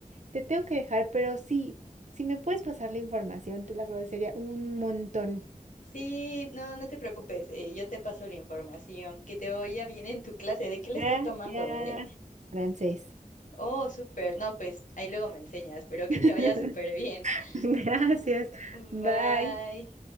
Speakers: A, on the right (about 55°); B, on the left (about 60°).
A: te tengo que dejar, pero sí, si me puedes pasar la información, te lo agradecería un montón.
B: Sí, no, no te preocupes, eh, yo te paso la información, que te vaya bien en tu clase, ¿de qué le
A: Gracias.
B: estás tomando, eh?
A: Francés.
B: Oh, súper, no, pues ahí luego me enseñas, pero que
A: <laughs>
B: te vaya súper bien.
A: Gracias.
B: <laughs> Bye.
A: Bye.